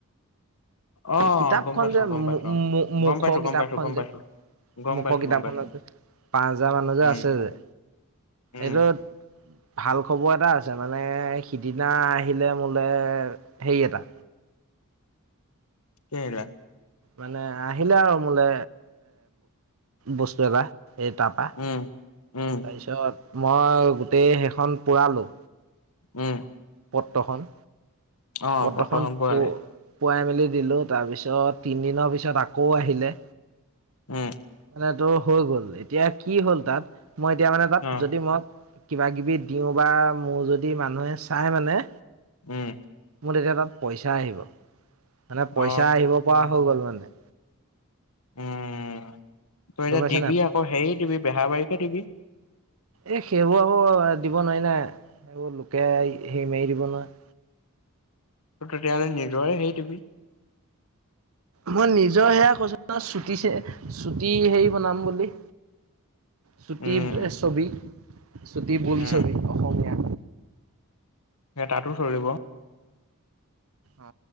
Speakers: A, on the left; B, on the right.
A: অ
B: কিতাপখন
A: গম পাইছো
B: যে, মুখৰ
A: গম পাইছো অ গম পাইছো
B: কিতাপখন
A: গম পাইছো গম পাইছো
B: যে।
A: গম
B: মুখৰ
A: পাইছো
B: কিতাপখনত
A: গম পাইছো
B: যে, পাঁচ হাজাৰ মানুহ যে
A: উম
B: আছে যে,
A: উম
B: এইটো ভাল খবৰ এটা আছে মানে, সিদিনা আহিলে মোলে হেৰি এটা
A: কি আহিলে।
B: মানে, আহিলে আৰু মোলে বস্তু এটা। এই তাৰপৰা,
A: উম উম
B: তাৰপিছত মই গোটেই সেইখন পোৰালো।
A: উম।
B: পত্ৰখন,
A: অ
B: পত্ৰখন
A: বৰ্তমান পোৱালে
B: পু পুৰাই মেলি দিলোঁ, তাৰপিছত তিনদিনৰ পিছত আকৌ আহিলে।
A: উম।
B: মানে তোৰ হৈ গ'ল, এতিয়া কি হ'ল তাত, মই এতিয়া মানে তাত
A: অ
B: যদি মই কিবাকিবি দিওঁ বা মোৰ যদি মানুহে চাই মানে
A: উম।
B: মোৰ তেতিয়া তাত পইচা আহিব মানে
A: অ
B: পইচা আহিব পৰা হৈ গ'ল মানে।
A: উম তই এতিয়া
B: গম পাইছে
A: দিবি
B: নাই
A: আকৌ হেৰি দিবি বেহা বাৰীকে দিবি।
B: এই সেইবোৰ আকৌ দিব নোৱাৰি নাই সেইবোৰ লোকে সেৰি মাৰি দিব নহয়।
A: ত তেতিয়া হ'লে নিজৰে সেই দিবি।
B: মই নিজৰ সেয়া কৈছো ন চুটি চুটি হেৰি বনাম বুলি। চুটি
A: উম
B: ছবি চুটি বোল
A: উম,
B: ছবি অসমীয়া।
A: এ তাতো চলিব।
B: অ,